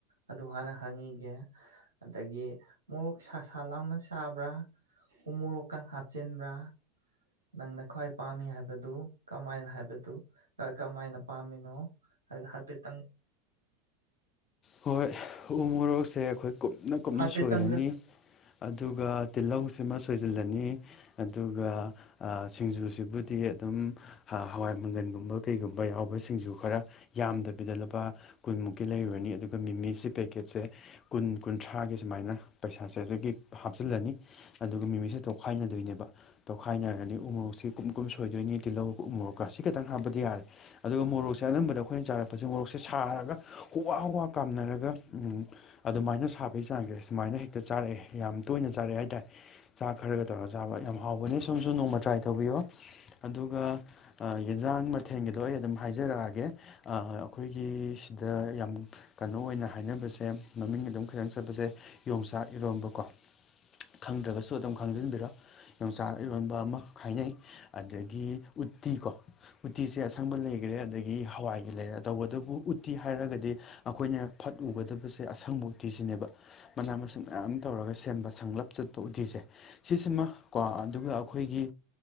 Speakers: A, on the right; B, on the left.
A: ꯑꯗꯨ ꯍꯥꯟꯅ ꯍꯪꯉꯤꯒꯦ ꯑꯗꯒꯤ ꯃꯣꯔꯣꯛ ꯁꯥꯁꯥ ꯂꯥꯎꯅ ꯁꯥꯕ꯭ꯔꯥ ꯍ ꯃꯣꯔꯣꯛꯀ ꯍꯥꯞꯆꯤꯟꯕ꯭ꯔꯥ ꯅꯪꯅ ꯈ꯭ꯋꯥꯏ ꯄꯥꯝꯃꯤ ꯍꯥꯏꯕꯗꯨ ꯀꯃꯥꯏꯅ ꯍꯥꯏꯕꯗꯨ ꯀꯃꯥꯏꯅ ꯄꯥꯝꯃꯤꯅꯣ ꯍꯥꯏ ꯍꯥꯏꯐꯦꯠꯇꯪ
B: ꯍꯣꯏ ꯎꯃꯣꯔꯣꯛꯁꯦ ꯑꯩꯈꯣꯏ ꯀꯨꯞꯅ ꯀꯨꯞꯅ
A: ꯍꯥꯏꯐꯦꯠꯇꯪꯒ
B: ꯁꯣꯏꯔꯅꯤ ꯑꯗꯨꯒ ꯇꯤꯜꯍꯧꯁꯤꯃ ꯁꯣꯏꯖꯤꯜꯂꯅꯤ ꯑꯗꯨꯒ ꯁꯤꯡꯖꯨꯁꯤꯕꯨꯗꯤ ꯑꯗꯨꯝ ꯍꯋꯥꯏ ꯃꯪꯒꯟꯒꯨꯝꯕ ꯀꯩꯒꯨꯝꯕ ꯌꯥꯎꯕ ꯁꯤꯡꯖꯨ ꯈꯔ ꯌꯥꯝꯗꯕꯤꯗ ꯂꯨꯄꯥ ꯀꯨꯟꯃꯨꯛꯀꯤ ꯂꯩꯔꯨꯔꯅꯤ ꯑꯗꯨꯒ ꯃꯤꯃꯤꯁꯤ ꯄꯦꯀꯦꯠꯁꯦ ꯀꯨꯟ ꯀꯨꯟꯊ꯭ꯔꯥꯒꯤ ꯁꯨꯃꯥꯏꯅ ꯄꯩꯁꯥꯥꯁꯦꯗꯒꯤ ꯍꯥꯞꯆꯤꯜꯂꯅꯤ ꯑꯗꯨꯒ ꯃꯤꯃꯤꯁꯦ ꯇꯣꯈꯥꯏꯅꯗꯣꯏꯅꯦꯕ ꯇꯣꯈꯥꯏꯅꯔꯒꯅꯤ ꯎꯃꯣꯔꯣꯛꯁꯦ ꯀꯨꯝ ꯀꯨꯝ ꯁꯣꯏꯗꯣꯏꯅꯤ ꯇꯤꯜꯍꯧꯒ ꯎꯃꯣꯔꯣꯛꯀ ꯁꯤ ꯈꯇꯪ ꯍꯥꯞꯄꯗꯤ ꯌꯥꯔꯦ ꯑꯗꯨꯒ ꯃꯣꯔꯣꯛꯁꯦ ꯑꯅꯝꯕꯗ ꯑꯩꯈꯣꯏꯅ ꯆꯥꯔꯛꯄꯁ ꯃꯣꯔꯣꯛꯁꯦ ꯁꯥꯔꯒ ꯍꯨꯋꯥ ꯍꯨꯋꯥ ꯀꯥꯝꯅꯔꯒ ꯑꯗꯨꯃꯥꯏꯅ ꯁꯥꯕꯒꯤ ꯆꯥꯡꯁꯦ ꯁꯨꯃꯥꯏꯅ ꯍꯦꯛꯇ ꯆꯥꯔꯛꯑꯦ ꯌꯥꯝ ꯇꯣꯏꯅ ꯆꯥꯔꯛꯑꯦ ꯍꯥꯏꯇꯥꯔꯦ ꯆꯥ ꯈꯔꯒ ꯇꯧꯔꯒ ꯆꯥꯕ ꯌꯥꯝ ꯍꯥꯎꯕꯅꯦ ꯁꯣꯝꯁꯨ ꯅꯣꯡꯃ ꯇ꯭ꯔꯥꯏ ꯇꯧꯕꯤꯌꯣ ꯑꯗꯨꯒ ꯌꯦꯟꯁꯥꯡ ꯃꯊꯦꯜꯒꯤꯗꯣ ꯑꯩ ꯑꯗꯨꯝ ꯍꯥꯏꯖꯔꯛꯑꯒꯦ ꯑꯩꯈꯣꯏꯒꯤ ꯁꯤꯗ ꯌꯥꯝ ꯀꯩꯅꯣ ꯑꯣꯏꯅ ꯍꯥꯏꯅꯕꯁꯦ ꯃꯃꯤꯡꯒꯤ ꯑꯗꯨꯝ ꯈꯤꯇꯪ ꯆꯠꯄꯁꯦ ꯌꯣꯡꯆꯥꯛ ꯏꯔꯣꯟꯝꯕꯀꯣ ꯈꯪꯗ꯭ꯔꯒꯁꯨ ꯑꯗꯨꯝ ꯈꯪꯖꯤꯟꯕꯤꯔꯣ ꯌꯣꯡꯆꯥꯛ ꯏꯔꯣꯟꯕ ꯑꯃ ꯍꯥꯏꯅꯩ ꯑꯗꯒꯤ ꯎꯠꯇꯤ ꯀꯣ ꯎꯠꯇꯤꯁꯦ ꯑꯁꯪꯕ ꯂꯩꯈꯔꯦ ꯑꯗꯒꯤ ꯍꯋꯥꯏꯒꯤ ꯂꯩꯔꯦ ꯇꯧꯕꯇꯕꯨ ꯎꯠꯇꯤ ꯍꯥꯏꯔꯒꯗꯤ ꯑꯩꯈꯣꯏꯅ ꯐꯠ ꯎꯒꯗꯕꯁꯦ ꯑꯁꯪꯕ ꯎꯇꯤꯁꯤꯅꯦꯕ ꯃꯅꯥ ꯃꯁꯤꯡ ꯃꯌꯥꯝ ꯇꯧꯔꯒ ꯁꯦꯝꯕ ꯁꯪꯂꯞ ꯆꯠꯄ ꯎꯇꯤꯁꯦ ꯁꯤꯁꯤꯃ ꯀꯣ ꯑꯗꯨꯒ ꯑꯩꯈꯣꯏꯒꯤ